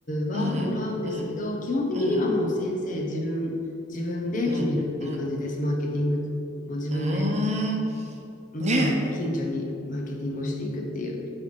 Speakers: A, on the left; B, on the right.
A: はもらうんですけど、
B: うん、うん、
A: 基本的にはもう先生、
B: うん、
A: 自分、自分で決めるっていう感じです。
B: うん、うん。
A: マーケティングも自分で、
B: うーん。
A: うん、
B: ねえ。
A: あの近所にマーケティングをしていくっていう